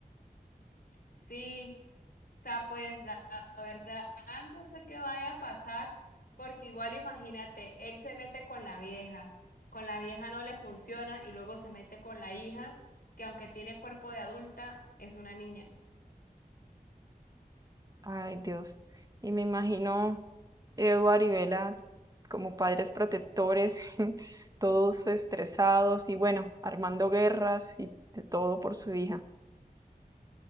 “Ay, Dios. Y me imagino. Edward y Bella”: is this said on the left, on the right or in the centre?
Right